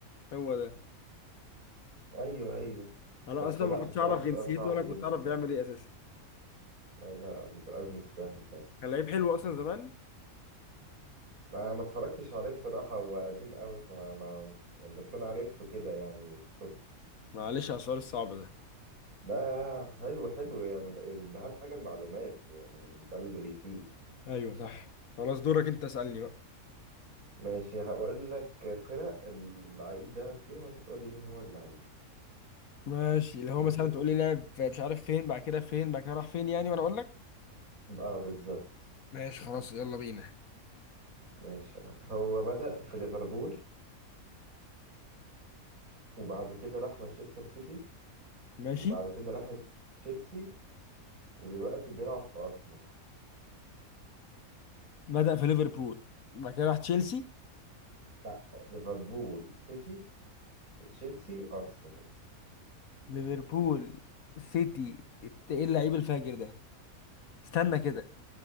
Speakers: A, on the left; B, on the right.
A: هو ده
B: ايوه ايوه
A: انا
B: بس
A: اصلا
B: لا
A: ما كنتش
B: بصراحه
A: اعرف جنسيته
B: سؤال صعب
A: ولا
B: جدا
A: كنت اعرف
B: فعلا
A: بيعمل ايه اساسا
B: أي لا سؤال مش سهل فعلا
A: كان لعيب حلو اصلا زمان
B: ما ما اتفرجتش عليه بصراحة هو قديم قوي فما ما يعني بس أنا عرفته كده يعني شفته
A: معلش على السؤال الصعب ده
B: لا حلو حلو يعني ال- أهم حاجة المعلومات يعني ده اللي بيفيد
A: ايوه صح خلاص دورك انت اسالني بقى
B: ماشي هقول لك فرق اللعيب لعب فيها وأنت تقول لي مين هو اللعيب
A: ماشي اللي هو
B: ماشي
A: مثلا تقول لي لعب في- مش عارف فين بعد كده فين بعد كده راح فين يعني وانا اقول لك
B: اه بالظبط
A: ماشي خلاص يلا بينا
B: ماشي هو بدأ في ليفربول وبعد كده راح مانشستر سيتي
A: ماشي
B: وبعد كده راح تشيلسي ودلوقتي بيلعب في أرسنال
A: بدأ في ليفربول بعد كده راح تشيلسي
B: لا ليفربول سيتي تشيلسي أرسنال
A: ليفربول سيتي الت- ايه اللعيب الفاجر ده استنى كده